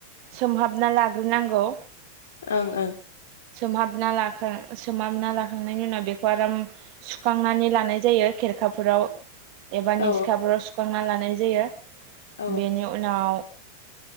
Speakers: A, on the right (about 45°); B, on the left (about 60°).
A: सोमहाबना ला गोर नांगौ
B: ओं ओं
A: सोमहाबना लाखां सोमहाबना लाखांनायनि उनाव बेखौ आराम सुखांनानै लानाय जायो खेरखाफोराव एबा निसिखाफोराव
B: औ
A: सुखांना लानाय जायो
B: औ ओं
A: बेनि उनाव